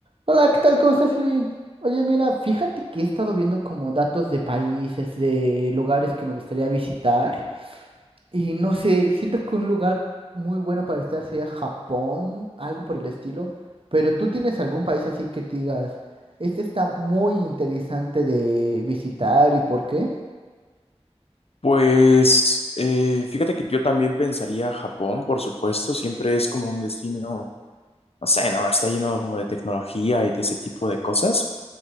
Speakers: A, on the right (about 55°); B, on the left (about 60°).
A: Hola, ¿qué tal? ¿Cómo estás, Irving? Oye, mira, fíjate que he estado viendo como datos de países, de lugares que me gustaría visitar y no sé, siento que un lugar muy bueno para visitar sería Japón, algo por el estilo, pero ¿tú tienes algún país así que te digas, este está muy interesante de visitar y por qué?
B: Pues eh, fíjate que yo también pensaría Japón, por supuesto, siempre es como un destino, no sé, no, está lleno como de tecnología y de ese tipo de cosas.